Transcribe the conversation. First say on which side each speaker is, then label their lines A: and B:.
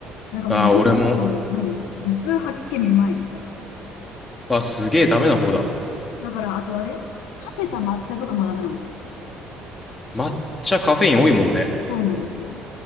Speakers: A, on the left (about 85°); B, on the left (about 20°).
A: なんかもう飲むと、
B: ああ俺も。
A: 何頭痛、吐き気、めまいみたいな。
B: あ、すげえダメな方だ。
A: そう。だから、あとあれ立てた抹茶とかもダメなんですよ。
B: 抹茶カフェイン多いもんね。
A: そうなんですよ。